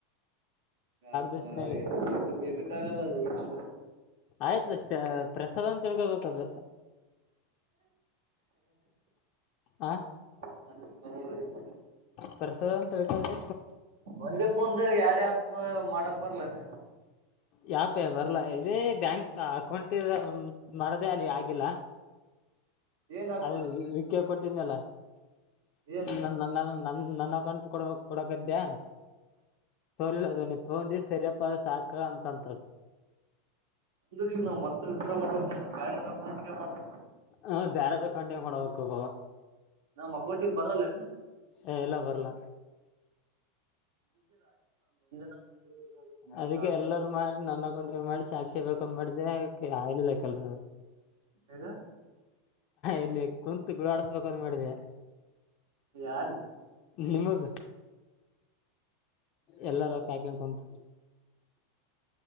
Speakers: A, on the right (about 70°); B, on the left (about 45°).
A: <unintelligible>
B: ದಿವ್ಸನಾಗ
A: ಕ್ಕಾಗಲ್ಲ ಅದು ಹುಚ್ಚುದು.
B: ಆಯ್ತಿರಿ ಸ ಪ್ರಸಾದ ಅಂತ ತಿಳ್ಕೊಬೇಕದು ಹ.
A: <unintelligible>
B: ಪರ್ಸದ ಅಂತಿಳ್ಕಂದೇ
A: ಒಂದೇ ಫೋನ್ದು ಎರಡ್ಯಾಪ್. ಮ ಮಾಡಕ್ಬರಲೆನು?
B: ಯಾಪೆ ಬರ್ಲಾ ಇದೇ ಬ್ಯಾಂಕ್ ಅಕೌಂಟಿರದ ಮಾಡದೇ ಅಲ್ಲಿ ಆಗಿಲ್ಲ.
A: ಏನ್ ಅಕೌಂಟ್
B: ಅದ <unintelligible> ಕೊಟ್ಟಿದ್ನಲ್ಲ.
A: ಏನ್
B: ನ ನ ನನ್ ನನ್ನ ನನ್ ಅಕೌಂಟ್ ಕೊಡಬೇಕ್ ಕೊಡಕಾದ್ಯಾ ತೋಲಿಲ್ಲ ಅದ ನೀ ತೊಂದಿ ಸರಿಯಪ್ಪ ಅದ ಸಾಕ ಅಂತಂತದು.
A: ಅಂದ್ರ ಈಗ ನಾವ್ ಮತ್ತೆ <unintelligible>
B: ಹ ಬ್ಯಾರದ ಖಂಡೀ ಮಾಡಬೇಕವ.
A: ನಮ್ ಅಕೌಂಟಿಗೆ ಬರಲ್ಲೆನ.
B: ಏ ಇಲ್ಲ ಬರ್ಲ್ಲ
A: ನಂಬರ್ ಯೂಸ್ ಆಗುತ್ತೆ ಮತ್ತ
B: ಅದಕ್ಕೆ ಎಲ್ಲಾರು ಮಾಡಿ ನನ್ನ <unintelligible> ಸಾಕ್ಷಿ ಬೇಕಂದ್ ಮಾಡ್ದ ಆಲಿಲ್ಲ ಕೆಲ್ಸ
A: ಆಗ
B: ಇಲ್ಲಿ ಕುಂತು ಗುಳಾಡ್ಸ್ಬೇಕಂತ ಮಾಡಿದೆ
A: ಯಾರ್ದು
B: ನಿಮಗ. ಎಲ್ಲಾರ ಕಾಯ್ಕೊಂಡು ಕುಂತು